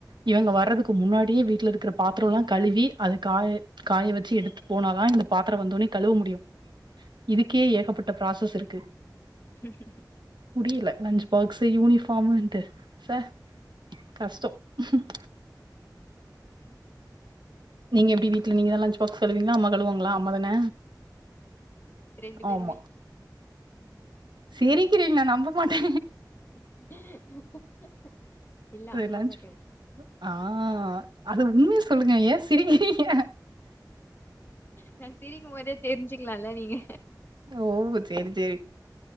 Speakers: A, on the right; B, on the left.
A: இவங்க வறதுக்கு முன்னாடி வீட்ல இருக்கற பாத்திரலாம் கழுவி அது காய காய வச்சி எடுத்து போனாதா இந்த பாத்திரம் வந்த ஒன்னே கழுவ முடியும் இதுக்கே ஏகப்பட்ட பிராசஸ் இருக்கு
B: உம் உம் ம்
A: முடியில லன்ச்சி பாக்ஸ்ஸு யூனிபார்முன்ட்டு ச கஷ்டம் உம்
B: உம்
A: நீங்க எப்டி வீட்ல நீங்க தா லன்ச் பாக்ஸ் கழுவீங்கள அம்மா கழுவாங்களா அம்மா தான
B: ரெண்டு பேருமே
A: ஆமா. சிரிக்கிறீங்க நா நம்ப மாட்டே
B: <inaudible> இல்ல
A: அது
B: அம்மாதா
A: லன்ச்
B: கேட்டே
A: ஆ அது உண்மைய சொல்லுங்க ஏ சிரிகிரிங்க
B: நா சிரிக்கும்பதே தெரிஞ்சுக்கலால நீங்க
A: ஓ செரி செரி